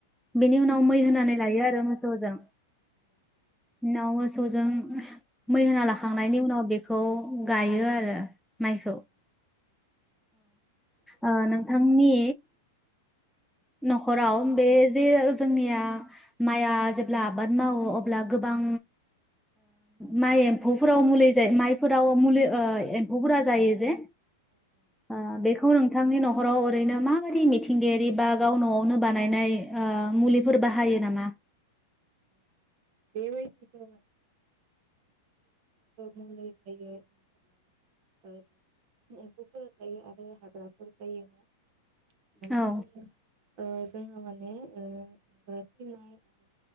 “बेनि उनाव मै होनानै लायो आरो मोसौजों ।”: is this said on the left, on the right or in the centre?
Centre